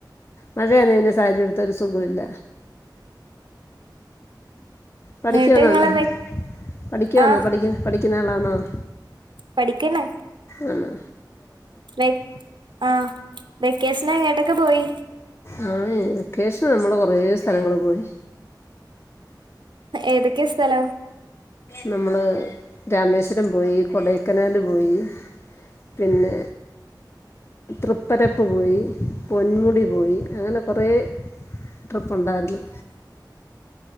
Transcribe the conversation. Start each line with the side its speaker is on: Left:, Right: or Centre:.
Left: മഴയന്നതിന് സാരിയ എടുത്തരു സുഖമില്ല പഠിക്കന്നന്ന
Right: എന്നിട്ട് നിങ്ങള് വെ
Left: പഠിക്കുവന്ന
Right: ആ
Left: പഠിക്ക പഠിക്കുന്ന ആളന്നോ ഉ
Right: പഠിക്കേന
Left: ആണ
Right: ലൈക് ആഹ വെക്കേഷൻ അങ്ങോട്ടൊക്കെ പോയി
Left: ആ വെക്കേഷൻ നമ്മള് കൊറെ സ്ഥലങ്ങള്ൾ പോയി
Right: ഏതൊക്കെ സ്ഥലം
Left: നമ്മള് രാമേശ്വരം ം പോയി കൊടൈക്കനാൽ പോയി പിന്നെ തൃപ്പരപ്പ് പോയി പൊന്മുടി പോയി അങ്ങനെ കുറെേ ട്രിപ്പുണ്ടായിരുന്നു